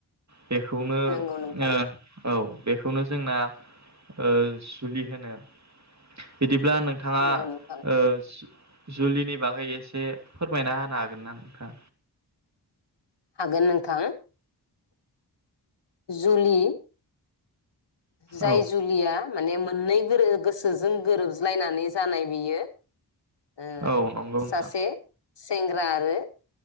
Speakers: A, on the right (about 40°); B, on the left (about 80°).
A: बेखौनो ओ
B: नंगौ नोंथां
A: औ बेखौ बेखौनो जोंना ओ जुलिहोनो बिदि ब्ला नोंथाङा
B: नंगौ नोंथां
A: ओ जुलिनि बागै एसे फोरमायना होनो हागोन ना नोंथाङा?
B: हागोन नोंथां। जुलि जाय
A: औ
B: जुलिया माने मो <unintelligible> जों गोरोबज्लायनानै जानाय बियो ओ
A: औ नंगौ नोंथां।
B: सासे सेंग्रा आरो